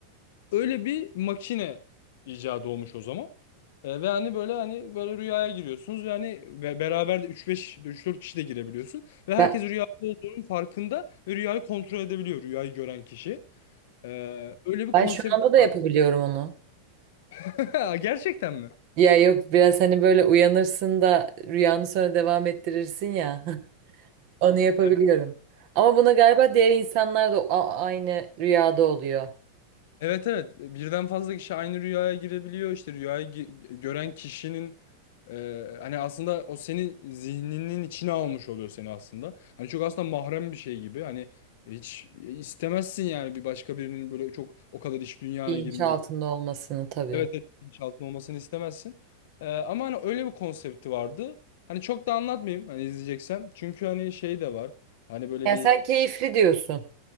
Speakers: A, on the left; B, on the right.
A: Öyle bir makine icadı olmuş o zaman. E, ve hani böyle hani böyle rüyaya giriyorsunuz ve hani ve beraber de 3-5 3-4 kişi de girebiliyorsun ve herkes
B: Ben,
A: rüyada olduğunun farkında ve rüyayı kontrol edebiliyor rüyayı gören kişi. E, öyle bir
B: ben
A: konsept
B: şu anda da
A: var.
B: yapabiliyorum onu.
A: <laughs> Gerçekten mi?
B: Ya yok biraz hani böyle uyanırsın da rüyanı sonra devam ettirirsin ya. <laughs> Onu yapabiliyorum.
A: Evet.
B: Ama buna galiba diğer insanlar da a- aynı rüyada oluyor.
A: Evet evet birden fazla kişi aynı rüyaya girebiliyor işte rüyayı gi- gören kişinin e, hani aslında o senin zihninin içine almış oluyor seni aslında. Hani çok aslında mahrem bir şey gibi hani hiç istemezsin yani bir başka birinin böyle çok o kadar iç dünyana
B: Bilinç
A: girme.
B: altında olmasını tabii.
A: Evet evet bilinçaltında olmasını istemezsin. E, ama hani öyle bir konsepti vardı. Hani çok da anlatmayayım hani izleyeceksen çünkü hani şey de var hani böyle
B: Yani
A: bir
B: sen keyifli diyorsun.